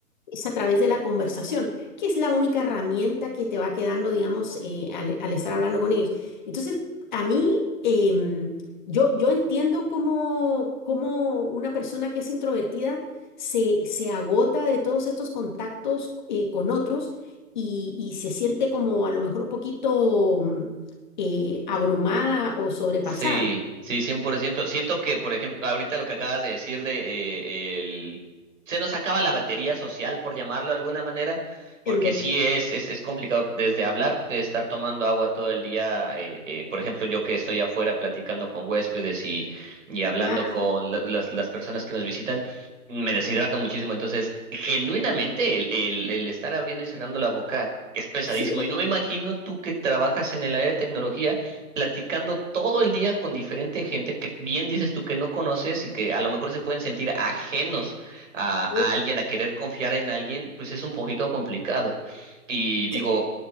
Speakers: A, on the left (about 30°); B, on the right (about 55°).
A: es a través de la conversación, que es la única herramienta que te va quedando, digamos, eh, al, al estar hablando con ellos. Entonces, a mí, em, yo, yo entiendo cómo, cómo una persona que es introvertida se, se agota de todos estos contactos eh, con otros y, y se siente como a lo mejor un poquito mm, eh, abrumada o sobrepasada.
B: Sí, sí, 100%. Siento que, por ejemplo, ahorita lo que acabas de decir de eh, el... Se nos acaba la batería social, por llamarlo de alguna manera, porque
A: Entiendo.
B: sí es, es, es complicado desde hablar, de estar tomando agua todo el día. eh, eh, por ejemplo, yo que estoy afuera platicando con huéspedes y, y hablando
A: Ah,
B: con la- las, las personas que nos visitan, me deshidrato muchísimo. Entonces, genuinamente, el, el, el estar abriendo y cerrando la boca es pesadísimo.
A: sí,
B: Y no me imagino tú que trabajas en el área de tecnología platicando todo el día con diferente gente que bien dices tú que no conoces y que a lo mejor se pueden sentir ajenos a,
A: sí,
B: a alguien, a querer confiar en alguien, pues es un poquito complicado. Y digo,
A: sí,